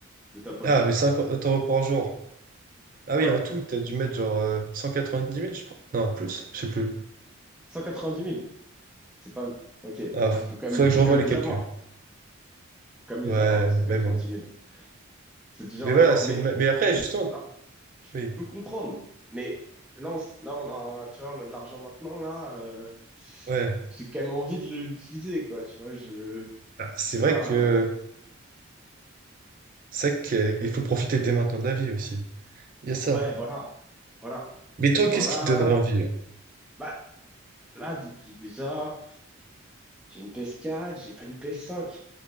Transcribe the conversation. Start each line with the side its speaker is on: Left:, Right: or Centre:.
Centre: de ta poche?
Right: Ah, mais 50 euros par jour. Ah oui,
Centre: Ouais,
Right: en tout, t'as dû mettre genre euh, dix mille je crois Non, plus, je sais plus.
Centre: 190 000. C'est pas, ok,
Right: Ah,
Centre: ouais,
Right: f-
Centre: faut quand
Right: faudrait
Centre: même, faut
Right: que je revoie
Centre: quand même
Right: les
Centre: les
Right: calculs.
Centre: avoir. Faut quand même
Right: Ouais,
Centre: les avoir, les 190
Right: mais bon.
Centre: 000. C'est déjà
Right: Mais
Centre: un
Right: voilà,
Centre: apport,
Right: c'est
Centre: mais.
Right: une... ma- Mais après, justement,
Centre: alors,
Right: oui.
Centre: peux comprendre. Mais là, on, s- là, on a, tu vois, on a de l'argent maintenant, là. euh,
Right: Ouais.
Centre: j'ai quand même envie de l'utiliser, quoi. Tu vois, je, je
Right: Ah, C'est
Centre: sais
Right: vrai
Centre: pas.
Right: que
Centre: euh,
Right: C'est vrai qu'il faut profiter dès maintenant de la vie aussi. Il y a ça.
Centre: ouais, voilà. Voilà.
Right: Mais toi,
Centre: Genre
Right: qu'est-ce
Centre: là,
Right: qui te donnerait envie là?
Centre: bah, là, d- j'ai déjà, j'ai une PS4, j'ai pas une PS5.